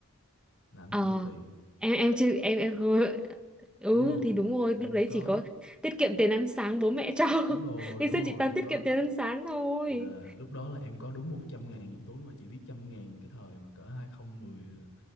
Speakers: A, on the left; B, in the centre.
A: làm
B: Ờ.
A: gì có tiền
B: Em em chưa em em không. Ừ
A: đúng không
B: thì đúng rồi,
A: làm
B: lúc đấy
A: gì có
B: chỉ có tiết kiệm tiền ăn sáng bố mẹ cho. <laughs>
A: đúng rồi
B: Ngày
A: đúng
B: xưa
A: rồi
B: chị toàn
A: trong
B: tiết
A: đó
B: kiệm tiền ăn sáng thôi.
A: là lúc đó là em có đúng 100 ngàn trong túi mà chỉ biết trăm ngàn mà cái thời mà cỡ 2010